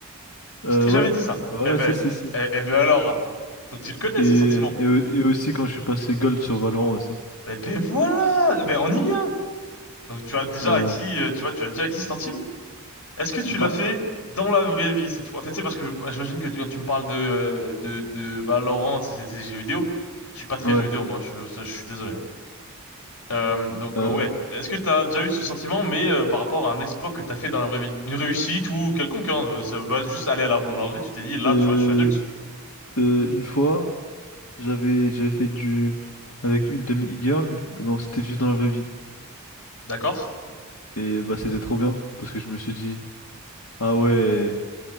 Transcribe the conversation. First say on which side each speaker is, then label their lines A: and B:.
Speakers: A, on the left (about 85°); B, on the left (about 75°).
A: Euh,
B: Je t'ai jamais
A: ouais.
B: dit ça.
A: Ouais,
B: Eh ben,
A: si, si, si.
B: eh, eh ben alors. Donc tu le connais,
A: Et,
B: ce sentiment.
A: et, au- et aussi quand je suis passé gold sur Valorant aussi.
B: Eh ben voilà, Eh ben on y vient. Donc tu as déjà
A: Ouais.
B: acquis, euh, tu vois, tu as déjà acquis ce sentiment. Est-ce que tu
A: Bah,
B: l'as fait dans la vraie vie cette fois? En fait, c'est parce que bah, j'imagine que tu- quand tu me parles de euh, de de Valorant, c'est c'est des jeux vidéo. Je suis pas très
A: ouais.
B: jeu vidéo moi, je, je suis désolé. hein. Euh, donc
A: Euh,
B: euh, ouais, est-ce que t'as déjà eu ce sentiment, mais euh, par rapport à un exploit que t'as fait dans la vraie vie, une réussite ou quelconque, hein, euh, ça va juste aller à la boulangerie, tu t'es dit là,
A: euh,
B: tu vois, je suis adulte,
A: euh, une fois, j'avais j'avais fait du avec une de mes e-girls, et ben on s'était vu dans la vraie vie.
B: d'accord?
A: Et bah c'était trop bien parce que je me suis dit ah ouais,